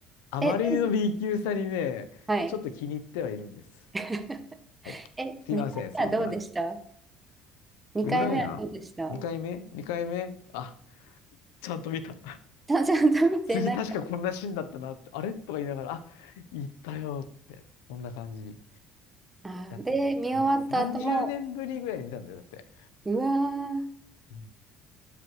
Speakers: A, on the left (about 85°); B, on the right (about 15°).
A: あまりの
B: ー。え、どう
A: B 級さにね、
B: はい。
A: ちょっと気に入ってはいるんです。
B: <laughs>
A: はい。
B: え、
A: すいません、
B: 2回目はどうでした
A: そんな。ん
B: ?2
A: レグランやん
B: 回目はどうでした
A: ?2 回目 ?2 回目あ、ちゃんと見た。
B: ちゃんちゃんと見てない。
A: 次確かこんなシーンだったなって、あれとか言いながら、あ、行ったよって、そんな感じ。
B: あー、
A: だって、
B: で、見終わった後も、
A: に、30年ぶりぐらいに見たんだよ、だって。
B: うわー、う
A: うん、